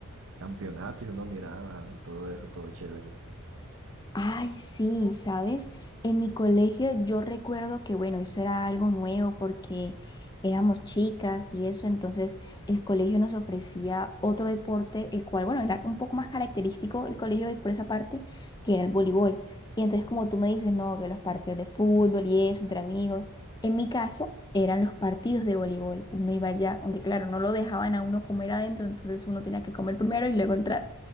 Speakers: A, on the right; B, on the left.
A: campeonatos y uno miraba y todo eso, todo chévere.
B: Ay, sí, ¿sabes? En mi colegio yo recuerdo que, bueno, eso era algo nuevo porque éramos chicas y eso, entonces el colegio nos ofrecía otro deporte, el cual, bueno, era un poco más característico el colegio por esa parte, que era el voleibol. Y entonces como tú me dices, no, que los partidos de fútbol y eso, entre amigos, en mi caso eran los partidos de voleibol. Uno iba allá, aunque claro, no lo dejaban a uno comer adentro, entonces uno tenía que comer primero y luego entrar.